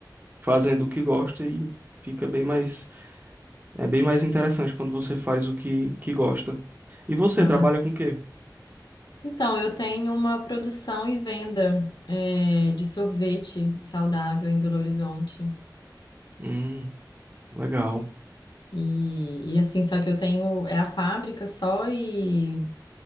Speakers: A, on the right; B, on the left.
A: fazendo o que gosta e fica bem mais, é bem mais interessante quando você faz o que, que gosta. E você
B: Ah.
A: trabalha com o quê?
B: Então, eu tenho uma produção e venda, é, de sorvete saudável em Belo Horizonte.
A: Hum, legal.
B: E, e assim, só que eu tenho, é a fábrica só e,